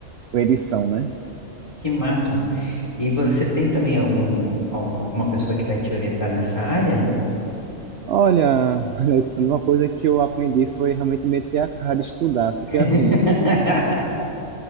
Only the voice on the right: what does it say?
predição, né?
Olha, Alexandre, uma coisa que eu aprendi foi realmente meter a cara de estudar, porque
assim,